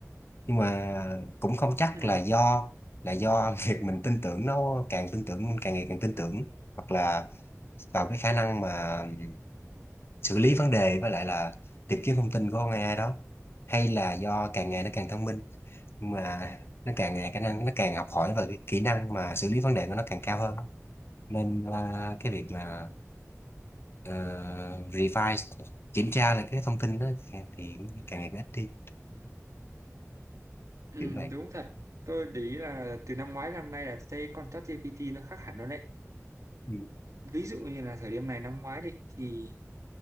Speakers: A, on the left (about 45°); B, on the right (about 70°).
A: nhưng mà cũng không chắc
B: ừ
A: là do là do <laughs> việc mình tin tưởng nó càng tin tưởng càng ngày càng tin tưởng hoặc là vào cái khả năng mà ừm, xử lý vấn đề với lại là tìm kiếm thông tin của con AI đó hay là do càng ngày nó càng thông minh nhưng mà nó càng ngày khả năng nó càng học hỏi và cái kỹ năng mà xử lý vấn đề của nó càng cao hơn nên là cái việc mà ờ, revise kiểm tra lại cái thông tin đó càng- thì càng ngày càng ít đi
B: Ừ,
A: kiểu vậy
B: đúng thật. Tôi để ý là từ năm ngoái năm nay là thấy con ChatGPT nó khác hẳn rồi đấy.
A: Ừ.
B: Ví dụ như là thời điểm này năm ngoái đi thì